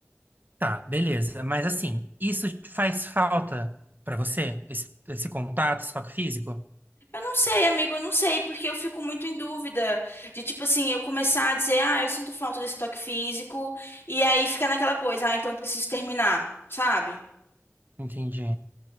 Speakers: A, on the right (about 40°); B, on the left (about 50°).
A: Tá, beleza. Mas assim, isso faz falta pra você? Esse, esse contato, esse toque físico?
B: Eu não sei, amigo, eu não sei, porque eu fico muito em dúvida de, tipo assim, eu começar a dizer, ah, eu sinto falta desse toque físico, e aí fica naquela coisa, ah, então eu preciso terminar, sabe?
A: Entendi.